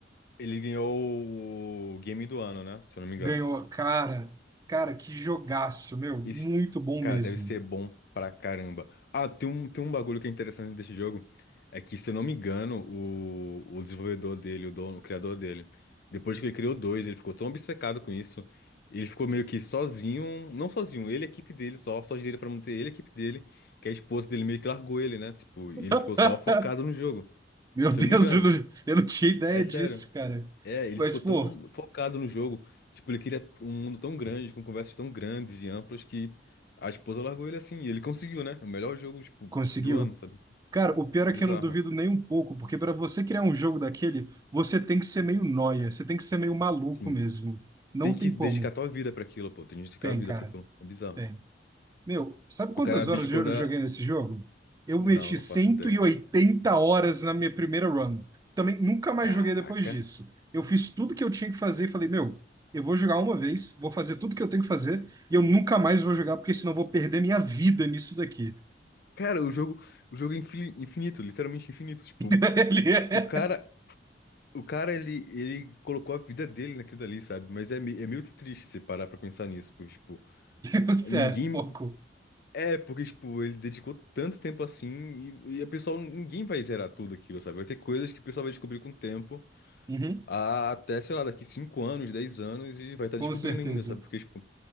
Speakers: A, on the left (about 60°); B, on the right (about 20°).
A: ele ganhou o Game do Ano, né? Se eu não me engano.
B: Ganhou. Cara, cara, que jogaço, meu.
A: Isso,
B: Muito bom
A: cara,
B: mesmo.
A: deve ser bom pra caramba. Ah, tem um, tem um bagulho que é interessante desse jogo. É que, se eu não me engano, o, o desenvolvedor dele, o dono, o criador dele, depois que ele criou dois, ele ficou tão obcecado com isso. Ele ficou meio que sozinho, não sozinho, ele e a equipe dele só, só dele pra manter ele e a equipe dele, que a esposa dele meio que largou ele, né? Tipo, e ele ficou
B: <laughs>
A: só focado no jogo.
B: Meu
A: Se
B: Deus,
A: eu não me engano.
B: eu não, eu não tinha ideia
A: É sério.
B: disso, cara.
A: É, ele
B: Mas,
A: ficou
B: pô,
A: tão focado no jogo. Tipo, ele queria um mundo tão grande, com conversas tão grandes e amplas, que a esposa largou ele assim. E ele conseguiu, né? É O melhor jogo, tipo,
B: conseguiu.
A: do ano, sabe?
B: Cara, o pior
A: Bizarro.
B: é que eu não duvido nem um pouco, porque pra você criar um jogo daquele, você tem que ser meio nóia, você tem que ser meio maluco
A: Sim.
B: mesmo. Não
A: Tem
B: tem
A: que
B: como.
A: dedicar tua vida pra aquilo, pô. Tem que dedicar
B: Tem,
A: a vida
B: cara.
A: pra aquilo. É bizarro.
B: Tem. Meu, sabe quantas
A: O cara abdicou
B: horas eu
A: da.
B: joguei nesse jogo? Eu
A: Não,
B: meti
A: não
B: cento
A: faço ideia.
B: e oitenta horas na minha primeira run. Também nunca mais
A: Caraca.
B: joguei depois disso. Eu fiz tudo que eu tinha que fazer e falei, meu, eu vou jogar uma vez, vou fazer tudo que eu tenho que fazer e eu nunca mais vou jogar porque senão eu vou perder minha vida nisso daqui.
A: Cara, o jogo, o jogo é infili- infinito, literalmente infinito. Tipo,
B: <laughs> Ele é,
A: o cara, o cara ele, ele colocou a vida dele naquilo dali, sabe? Mas é, me- é meio triste você parar pra pensar nisso, porque, tipo,
B: você
A: ninguém.
B: é pouco.
A: É, porque, tipo, ele dedicou tanto tempo assim e, e a pessoa, ninguém vai zerar tudo aquilo, sabe? Vai ter coisas que o pessoal vai descobrir com o tempo,
B: Uhum.
A: a- até, sei lá, daqui 5 anos, 10 anos e vai estar
B: Com
A: descobrindo
B: certeza.
A: ainda, sabe? Porque, tipo,